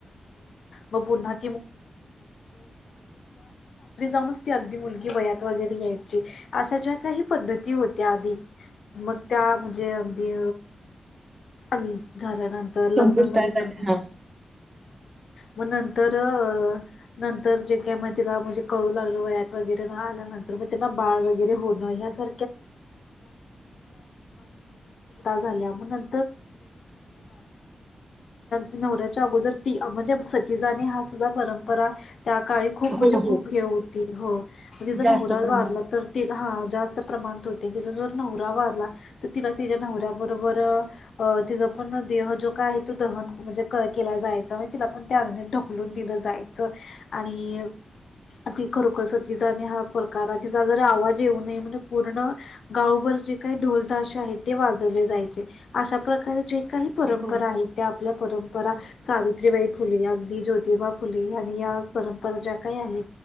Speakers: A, on the left (about 75°); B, on the right (about 30°).
A: पु्हा ऊ अग मुलगी वयात वगैरे यायची अशा ज्या काही पद्धती होत्या आधी मग त्या म्हणजे अगदी आणि झाल्यानंतर लग्ना
B: संपुष्टात
A: म्हणजे लग्न
B: आले हा
A: मग तर नंतर जे काय मग तिला म्हणजे कळू लागलं वयात वगैरे न आल्यानंतर मग त्यांना बाळ वगैरे होण या बावा झाल्या त नवऱ्याच्या अगोदर त म्हणजे सतीजने हा सुद्धा परंपरा त्या काळी खूप म्हणजे
B: हो
A: खूप
B: हो
A: हे होती हो तिचा
B: जास्त
A: नवऱात
B: प्रमाणात
A: वाारला तर ते हा जास्त जर नवरा वारला तर तिला त्याच्या नवऱ्याबरोबर तिचा पण देह जो काय आहे तो दहन म्हणजे केला जायचा म्ह तिला पण त्या अंगनेत ढकलून दिलं जायच आणि ति खरोखर स तिजणे हा प्रकार आहे, जिचा जर आवाज येऊ नये म्हणून. पूर्ण गावभर जे काही ढोल ताशे आहेत ते वाजवले जायचे अशा प्रकारे जे काही परंपरा
B: हो
A: आहेत त्या आपल्या परंपरा सावित्रीबाई फुले, अगदी ज्योतिबा फुले, आणि या परंपरा ज्या काही आहे.